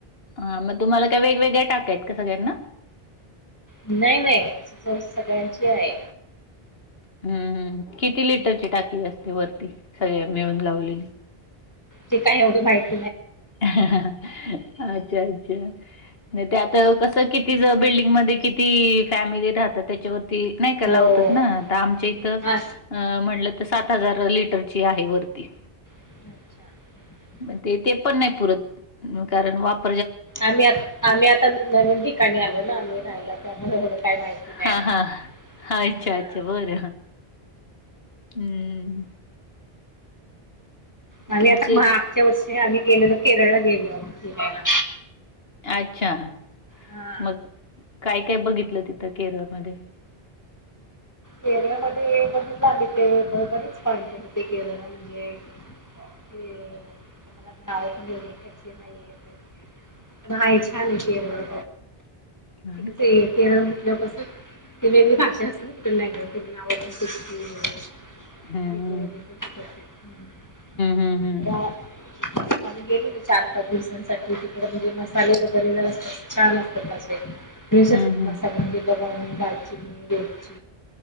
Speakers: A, on the left; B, on the left.
A: हा, मग तुम्हाला काय वेगवेगळ्या टाक्या आहेत का सगळ्यांना?
B: नाही नाही असं जो सगळ्यांची आहे.
A: हम्म, हम्म, किती लीटरची
B: हं.
A: टाकी असते वरती सगळ्या मिळून लावलेली?
B: ती, काय एवढी माहित?
A: अच्छा, अच्छा. त्यात कसं, किती बिल्डिंगमध्ये किती फॅमिली? राहत त्याच्यावरती नाय का
B: हो
A: लावतात ना त आमच्या
B: हं.
A: इथं
B: आ
A: म्हणंल सात हजार लिटरची आहे वरती.
B: अच्छा हं.
A: मग ते, ते पण नाही पुरत कारण वाप
B: आम्ही आ, आम्ही आता नवीन ठिकाणी आलो ना आम्ही राहायला त्यामुळे काय माहिती नाही
A: हा,
B: आम्हाला
A: हा, अच्छा,
B: हा
A: अच्छा बरं. हम्म
B: आणि
A: तुमचे
B: आता मागच्या वर्षी आम्ही गेलेलो केरळला गेलो फिरायला.
A: अच्छा,
B: हा
A: मग काय काय बघितलं तिथं केरळमध्ये?
B: केरळमध्ये बघीतलं आम्ही ते बरीच <unintelligible> होती केरळला म्हणजे ते <unintelligible> पैसे नाही, येत ये. पण, हाय छान! आहे. केरळ
A: हम्म.
B: <unintelligible> ते केरळ म्हटल्यावर कसं, वेगळी भाषा असल <unintelligible>
A: हम्म,
B: <unintelligible>
A: हम्म, हम्म.
B: आम्ही गेलेलो चार, पाच दिवसांसाठी तिकडं म्हणजे, मसाले वगैरे जरा छान! असतात. तसे फ्रेश असतात.
A: हम्म, हम्म.
B: मसाले म्हणजे, लवंग, दालचीनी, वेलची